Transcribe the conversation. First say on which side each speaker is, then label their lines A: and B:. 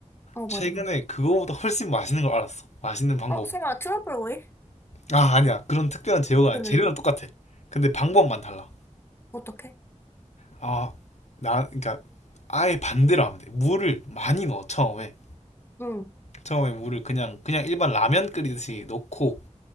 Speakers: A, on the left; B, on the left.
A: 어,
B: 최근에
A: 맞아, 맞아.
B: 그거보다 훨씬 맛있는 걸 알았어. 맛있는 방법을.
A: 어, 설마 트러플 오일?
B: 아 아니야 그런 특별한 재료가
A: 그러면
B: 아니야. 재료는 똑같아. 근데 방법만 달라.
A: 어떡해?
B: 아, 나 그러니까 아예 반대로 하면 돼. 물을 많이 넣어 처음에.
A: 응,
B: 처음에 물을 그냥 그냥 일반 라면 끓이듯이 넣고